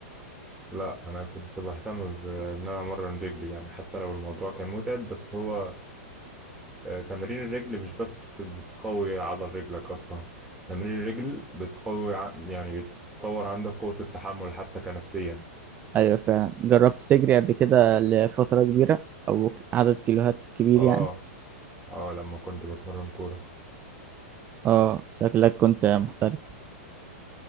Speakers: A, in the centre; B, on the right (about 20°).
A: لا أنا كنت بهتم بإن أنا أمرن رجلي يعني حتى لو الموضوع كان متعب بس هو آه، تمارين الرجل مش بس بتقوي عضل رجلك أصلا تمارين الرجل بتقوي ع- يعني بتطور عندك قوة التحمل حتى كنفسيا
B: ايوه فعلا جربت تجري قبل كده لفترة كبيرة او ك- عدد كيلوهات كبير
A: اه
B: يعني
A: اه لما كنت بتمرن كورة
B: اه شكلك كنت محترف